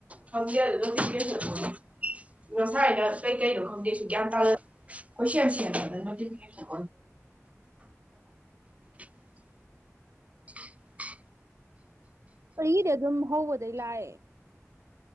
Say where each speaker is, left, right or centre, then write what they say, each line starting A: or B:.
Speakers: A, on the right (about 25°); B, on the right (about 65°).
A: ꯈꯪꯗꯦ ꯅꯣꯇꯤꯐꯤꯀꯦꯁꯟ ꯉꯁꯥꯏꯅ ꯀꯩꯀꯩꯅꯣ ꯈꯪꯗꯦ ꯒ꯭ꯌꯥꯟ ꯇꯥ ꯀꯣꯏꯁꯦꯝ ꯁꯦꯝꯃ ꯅꯣꯇꯤꯐꯤꯀꯦꯁꯟ <unintelligible>
B: ꯑꯩꯗꯤ ꯑꯗꯨꯝ ꯍꯧꯕꯗꯒꯤ ꯂꯥꯛꯑꯦ